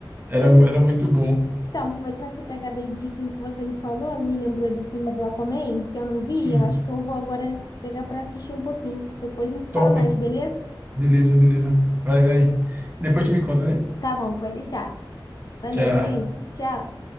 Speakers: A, on the right; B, on the left.
A: Era,
B: Então,
A: era muito bom.
B: então, aproveitando essa pegada aí de filme que você me falou, me lembrou do filme do Aquaman, que eu não vi.
A: Sim,
B: Eu acho que eu vou agora pegar pra assistir um pouquinho. Depois a gente se fala
A: top.
B: mais, beleza?
A: Beleza, beleza. Vai, vai. Depois tu me conta, né?
B: Tá bom, pode deixar. Valeu,
A: Tchau.
B: Felipe. Tchau.